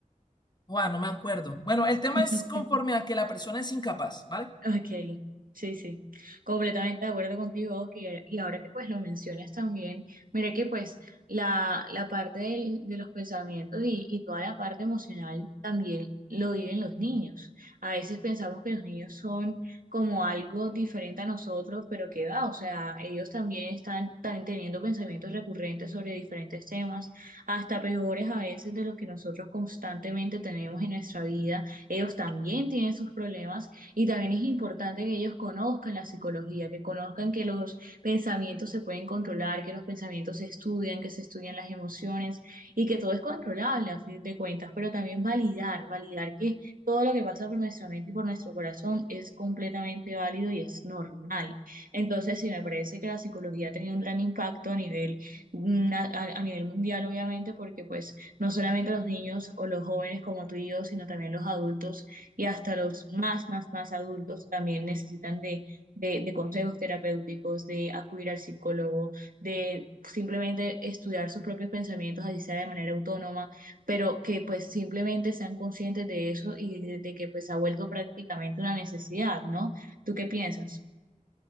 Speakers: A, on the left; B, on the right.
A: Juan, no me acuerdo. Bueno, el tema es
B: ujú.
A: conforme a que la persona es incapaz, ¿vale?
B: Ok, sí, sí, completamente de acuerdo contigo, Oscar, y ahora que pues lo mencionas también, mira que pues la, la parte del- de los pensamientos y, y toda la parte emocional también lo viven los niños. A veces pensamos que los niños son como algo diferente a nosotros, pero que va, o sea, ellos también están, están teniendo pensamientos recurrentes sobre diferentes temas, hasta peores a veces de los que nosotros constantemente tenemos en nuestra vida. Ellos también tienen sus problemas y también es importante que ellos conozcan la psicología, que conozcan que los pensamientos se pueden controlar, que los pensamientos se estudian, que se estudian las emociones y que todo es controlable a fin de cuentas, pero también validar, validar que todo lo que pasa por nuestra mente y por nuestro corazón es completamente válido y es normal. Entonces, sí, me parece que la psicología ha tenido un gran impacto a nivel, na- a, a nivel mundial, obviamente, porque pues no solamente los niños o los jóvenes como tú y yo, sino también los adultos y hasta los más, más, más adultos también necesitan de, de, de consejos terapéuticos, de acudir al psicólogo, de simplemente estudiar sus propios pensamientos, así sea de manera autónoma, pero que pues simplemente sean conscientes de eso y de, de que pues ha vuelto prácticamente una necesidad, ¿no? ¿Tú qué piensas?